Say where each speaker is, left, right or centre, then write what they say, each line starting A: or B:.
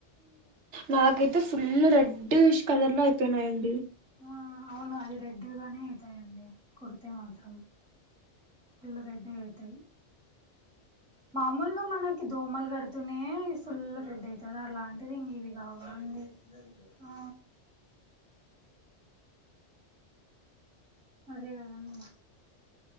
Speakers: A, on the right; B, in the centre.
A: నాకైతే ఫుల్ రెడ్డిష్ కలర్ లో అయిపోయినాయండి
B: ఆ అవును అది రెడ్డీగానే ఐతాయండి కుడితే మాత్రం ఫుల్లు రెడ్డుగా ఐతాయి మామూలుగా మనకి దోమలు కడుతూనే ఫుల్లు రెడ్ ఐతది అలాంటిది ఇవి కావండి ఆ అదే కదండి